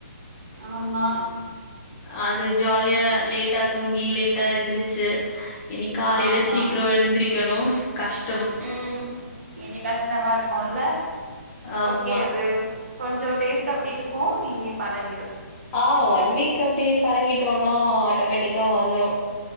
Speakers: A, on the right; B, on the left.
A: ஆமா
B: அது ஜாலியா லேட்டா தூங்கி லேட்டா எந்திருச்சு இன்னிக் காலைல
A: ஆமா
B: சீக்ர எழுந்திரிக்கணு கஷ்
A: ம் இனி கஷ்டமா இருக் போல்ல
B: ஆமா
A: ஓகே அது கொஞ்சோ டேஸ் இன்னைக்கு அப்டி இருக்கு இனி பழகிடு
B: ஆ ஒன் வீக் அப்டி பழகிட்டோனா ஆட்டோமேட்டிக்கா வந்துரு